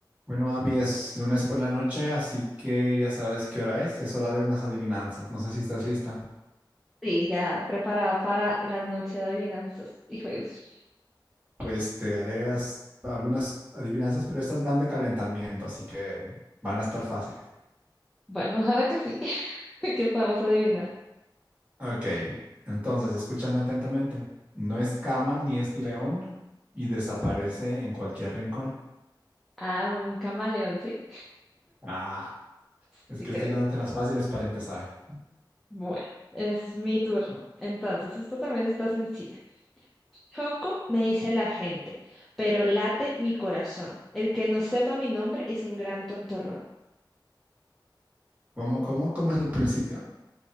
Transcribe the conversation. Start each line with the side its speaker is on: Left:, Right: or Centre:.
Right: Bueno, Abby, es lunes por la noche, así que ya sabes qué hora es. Es hora de unas adivinanzas. No sé si estás lista.
Centre: Sí, ya preparada para la noche de adivinanzas y juegos.
Right: Pues te haré as- algunas adivinanzas, pero estas van de calentamiento, así que van a estar fáciles.
Centre: Bueno, ojalá que sí, <laughs> que podamos adivinar.
Right: Ok, entonces escúchame atentamente. No es cama ni es león y desaparece en cualquier rincón.
Centre: Ah, un camaleón, ¿sí?
Right: Ah, es
Centre: Sí
Right: que
Centre: creo.
Right: estoy dándote las fáciles para empezar.
Centre: Bueno, es mi turno. Entonces, esto también está sencilla. Choco me dice la gente, pero late mi corazón. El que no sepa mi nombre es un gran tontorrón.
Right: ¿Cómo, cómo, cómo es el principio?